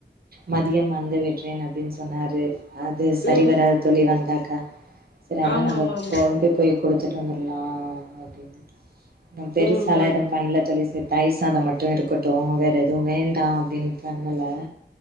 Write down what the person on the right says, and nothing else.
மதியம் வந்து வெட்றேன் அப்டின் சொன்னாரு அது சரி
வராத் தோழி வந்தாக்கா செரி அதா
நம்ப
கொண்டு போய் குடுத்துட்டு வந்துலா அப்டினு ந பெருசால
எதும் பண்ல தோழி சே தயிர் சாதம் மட்டு இருக்கட்டு வேறு எதுவு வேண்டா அப்டின் பண்ணல